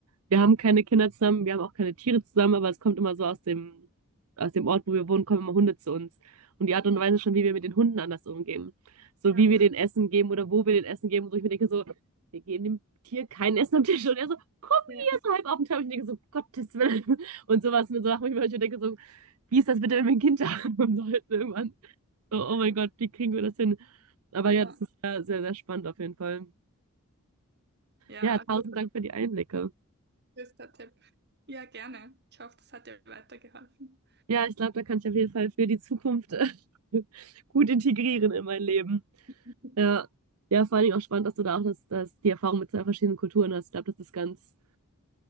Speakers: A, on the right; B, on the right.
A: wir haben keine Kinder zusammen, wir haben auch keine Tiere zusammen, aber es kommt immer so aus dem, aus dem Ort, wo wir wohnen, kommen immer Hunde zu uns. Und die Art und
B: ja,
A: Weise schon, wie wir mit den Hunden anders umgehen. So
B: ja,
A: wie wir den Essen geben oder wo wir den Essen geben. Und so ich mir denke so, wir geben dem Tier kein Essen am Tisch. Und er so, komm
B: ja,
A: hier, so halb auf den Tisch. Und ich denke so, Gottes Willen. Und sowas mit so Sachen, ich mir ich denke so, wie ist das bitte, wenn wir ein Kind haben <laughs> sollten irgendwann? So,
B: ja,
A: oh mein
B: ja.
A: Gott, wie kriegen wir das hin? Aber ja,
B: ja.
A: das ist sehr, sehr, sehr spannend auf jeden Fall.
B: Ja,
A: Ja,
B: also
A: tausend Dank für die Einblicke.
B: das ist der Tipp. Ja, gerne. Ich hoffe, das hat dir weitergeholfen.
A: Ja, ich glaube, da kann ich auf jeden Fall für die Zukunft <laughs> gut integrieren in mein Leben.
B: <laughs>
A: Ja, ja, vor allen Dingen auch spannend, dass du da auch das, das, die Erfahrung mit zwei verschiedenen Kulturen hast. Ich glaube, das ist ganz,